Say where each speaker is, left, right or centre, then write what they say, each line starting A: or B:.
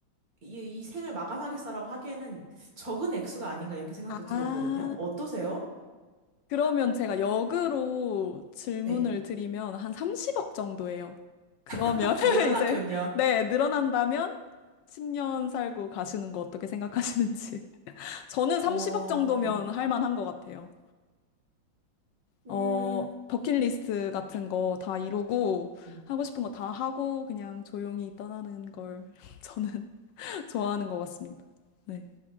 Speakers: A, on the right; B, on the left.
A: 이, 이 생을 마감하겠어라고 하기에는 적은 액수가 아닌가 이렇게 생각도
B: 아,
A: 들었거든요. 어떠세요?
B: 그러면 제가 역으로 질문을
A: 네.
B: 드리면 한 30억 정도예요. 그러면
A: <laughs>
B: <laughs>
A: 늘어났군요.
B: 이제, 네, 늘어난다면 10년 살고 가시는 거 어떻게 생각하시는지. 저는 30억
A: 어,
B: 정도면
A: 네.
B: 할 만한 것 같아요.
A: 음,
B: 어, 버킷리스트 같은 거 다 이루고,
A: 음.
B: 하고 싶은 거 다 하고, 그냥 조용히 떠나는 걸 <laughs> 저는 <laughs> 좋아하는 것 같습니다. 네.